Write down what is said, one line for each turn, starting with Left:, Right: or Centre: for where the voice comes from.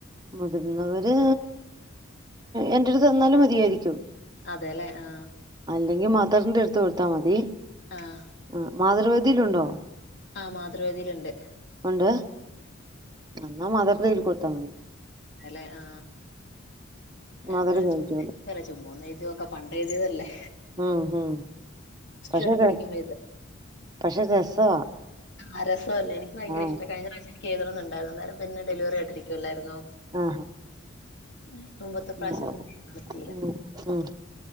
Right: മുതിർന്നവര് എന്റെ ടുത്ത് തന്നാലും മതിയാരിക്കും
Left: അതെല്ലേ ആ
Right: അല്ലെങ്കിൽ മദറിന്റെ അടുത്ത് കൊടുത്താ മതി
Left: ആഹ്.
Right: ആ മാതൃവ ഇതിലുണ്ടോ
Left: ആ മാതൃവേദിലുണ്ട്
Right: ഉണ്ട് അന്നാ മാതർന്റെ കൈ കൊടുത്താ മതി
Left: അല്ലെ ആ
Right: മദർ
Left: എന്താലും
Right: മേടിച്ചോളും
Left: ചുമ്മാ ഇക്കുല്ലേ ചുമ്മാ ഒന്നെഴു ഇതൊക്കെ പണ്ടെഴുതിതല്ലേ
Right: മ്മ് മ്മ് പക്ഷേ
Left: വരെ പഠിക്കുമ്പോ എഴുതാ.
Right: പക്ഷേ രസവാ
Left: ആര <unintelligible> അല്ലെ നിക്ക് ഭയങ്ക
Right: ആ
Left: ഇഷ്ടവാ കഴിഞ്ഞ പ്രാവശ എഴുതണുന്നുണ്ടായിരുന്നു അന്നേ നേരം പിന്നെ ഡെലിവറി ആയിട്ടിരിക്കുവല്ലായിരുന്നു
Right: ആ
Left: ഹേ മുമ്പത്തെ
Right: ആ
Left: പ്രാവശ്യം പിന്നെ എഴുതാ പറ്റീല
Right: ഉം ഉം